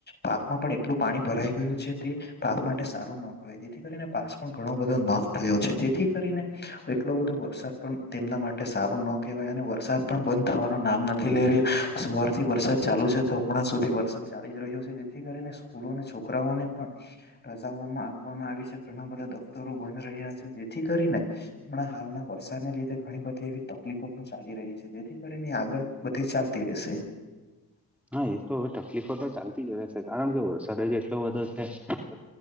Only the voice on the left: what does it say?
પાકમાં પણ એટલું પાણી ભરાઈ ગયું છે તે પાક માટે સારું ન હવે જેથી કરીને પાક પણ ઘણો બધો નોંધ થયો છે જેથી કરીને એટલો બધો વરસાદ પણ તેમના માટે સારું ન કહેવાય અને વરસાદ પણ બંધ થવાનું નામ નથી લઈ રહ્યો સવાર થી વરસાદ ચાલુ છે તો હમણાં સુધી વરસાદ ચાલી જ રહ્યો છે જેથી કરીને સ્કૂલો અને છોકરાઓને પણ રજાઓમાં આપવામાં આવી છે ઘણા બધા દફતરો બંધ રહ્યા છે જેથી કરીને પણણા હાલના વરસાદને લીધે ઘણી બધી એવી તકલીફો પણ ચાલી રહી છે જેથી કરી આગળ બધી ચાલતી રહેશે